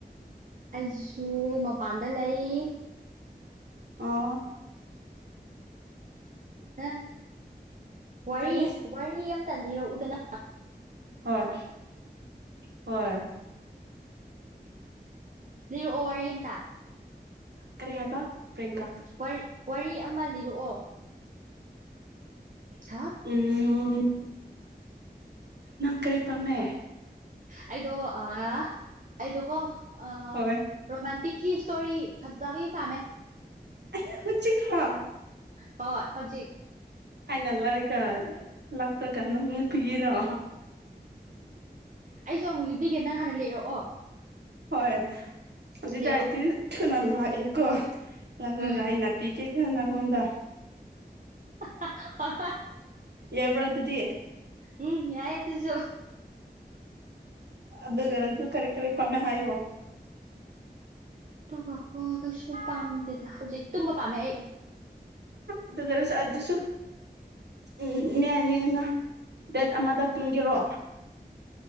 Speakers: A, on the right; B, on the right.
A: ꯑꯩꯁꯨ ꯃꯄꯥꯟꯗ ꯂꯩ
B: ꯑꯣ
A: ꯑ ꯋꯥꯔꯤ
B: ꯀꯔꯤ
A: ꯋꯥꯔꯤ ꯑꯃꯇꯪ ꯂꯤꯔꯛꯎꯗꯅ
B: ꯍꯣꯏ ꯍꯣꯏ
A: ꯂꯤꯔꯛꯑꯣ ꯋꯥꯔꯤ ꯑꯝꯇ
B: ꯀꯔꯦ ꯍꯥꯏꯕ ꯄ꯭ꯔꯦꯡꯀꯥ
A: ꯋꯥꯔꯤ ꯋꯥꯔꯤ ꯑꯃ ꯂꯤꯔꯛꯑꯣ ꯍꯥ
B: ꯎꯝ ꯅꯪ ꯀꯔꯤ ꯄꯥꯝꯃꯦ
A: ꯑꯩꯗꯣ ꯑ ꯑꯩꯗꯀꯣ ꯑ
B: ꯍꯣꯏ
A: ꯔꯣꯃꯥꯟꯇꯤꯛ ꯀꯤ ꯏꯁꯇꯣꯔꯤ ꯐꯖꯕꯩ ꯄꯥꯝꯃꯦ
B: ꯑꯌꯥ ꯍꯨꯖꯤꯛꯔꯣ
A: ꯍꯣꯏ ꯍꯧꯖꯤꯛ
B: ꯑꯩꯅ ꯂꯥꯏꯔꯤꯛꯀ ꯂꯥꯛꯄ꯭ꯔꯒ ꯅꯪ ꯄꯤꯕꯤꯔꯣꯑꯣ
A: ꯑꯩꯁꯨ ꯑꯃꯨꯛ ꯌꯕꯤꯒꯦ ꯅꯪ ꯍꯥꯟꯅ ꯂꯩꯔꯛꯑꯣ
B: ꯍꯣꯏ ꯑꯗꯨ ꯑꯗꯨꯗꯤ
A: ꯂꯤꯔꯛꯑꯣ
B: ꯍꯥꯏꯗꯤ ꯊꯨꯅ ꯂꯛꯑꯦꯀꯣ ꯂꯥꯛꯂꯒ
A: ꯎꯝ
B: ꯑꯩꯅꯅꯥ ꯄꯤꯒꯦ ꯈꯔ ꯅꯪꯉꯣꯟꯗ
A: <unintelligible>
B: ꯌꯥꯕ꯭ꯔꯥ ꯑꯗꯨꯗꯤ
A: ꯎꯝ ꯌꯥꯏ ꯇꯁꯨ
B: ꯑꯗꯨꯔ ꯑꯗꯨ ꯀꯔꯤ ꯀꯔꯤ ꯄꯥꯝꯃꯦ ꯍꯥꯏꯌꯣ
A: ꯀꯣ ꯀꯩꯁꯨ ꯄꯥꯝꯗꯦꯗ ꯍꯧꯖꯤꯛ ꯇꯨꯝꯕ ꯄꯥꯝꯃꯦ ꯑꯩ
B: ꯑꯗꯨ ꯀꯂꯁꯨ ꯑꯗꯨꯁꯨ ꯎꯝ ꯃꯅꯦꯅ ꯗꯦꯠ ꯑꯃꯗ ꯇꯨꯝꯒꯦꯔꯛꯑꯣ